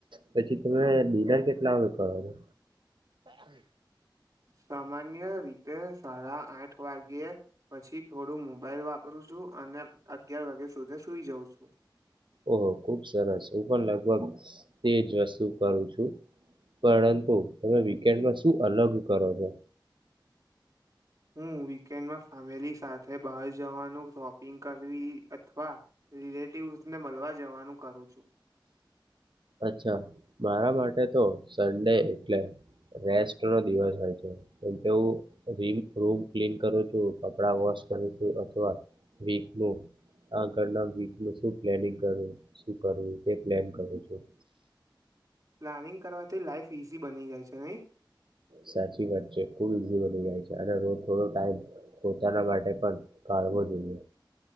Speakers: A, on the right; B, on the right.
A: પછી તમે ડિનર કેટલા કરો છો
B: સામાન્ય રીતે સાડા આઠ વાગ્યે પછી થોડું મોબાઈલ વાપરું છું અને અગયાર વાગે ત્યા સુઈ જાઉં છું.
A: ઓહ ખુબ સરસ છે હું પણ લગભગ તેજ વસ્તુ કરું છું. પરંતુ તમે વીકેન્ડમાં શું અલગ કરો છો.
B: હું વીકેન્ડમાં ફેમિલી સાથે બહાર જવાનું શોક િ કરવી અથવા રિલેટિવસ ને મળવા જવાનું કરું છું.
A: અચ્છા મારા માટે તો સન્ડે એટલે રેસ્ટ નો દિવસ હોય છે કેમ કે હું રૂમ ક્લીન કરું છું કપડા વોશ અથવા વીક નું આગળના વીક નું શું પ્લાનિંગ કરવું શું કરવું એ પ્લાન કરું છું.
B: પ્લાનિંગ કરવાથી લાાઈફ ઈઝી બની જાય છે નહી
A: સાચી વાત છે ખુબ ઈઝી બની જાય છે અનેો થોો ટમ પોતાના માટે પણ જો જોઈએ